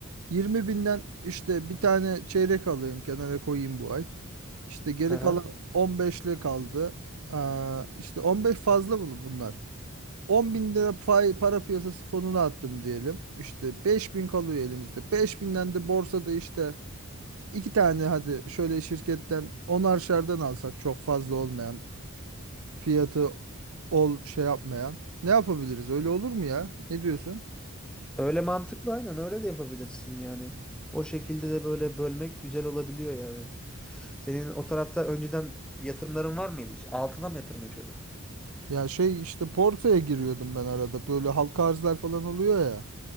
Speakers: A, on the right; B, in the centre.
A: 20 binden işte bir tane çeyrek alayım kenara koyayım bu ay. İşte geri
B: Hı hı.
A: kalan 15'li kaldı. Aa, işte 15 fazla bulu bunlar. 10 bin lira pay, para piyasası fonuna attım diyelim. İşte 5 bin kalıyor elimizde. 5 binden de borsada işte iki tane hadi şöyle şirketten onarşardan alsak çok fazla olmayan fiyatı ol şey yapmayan. Ne yapabiliriz? Öyle olur mu ya? Ne diyorsun?
B: Öyle mantıklı aynen öyle de yapabilirsin yani. O şekilde de böyle bölmek güzel olabiliyor yani. Senin o tarafta önceden yatırımların var mıydı hiç? Altına mı yatırım yapıyordun?
A: Ya şey işte Porto'ya giriyordum ben arada. Böyle halka arzlar falan oluyor ya.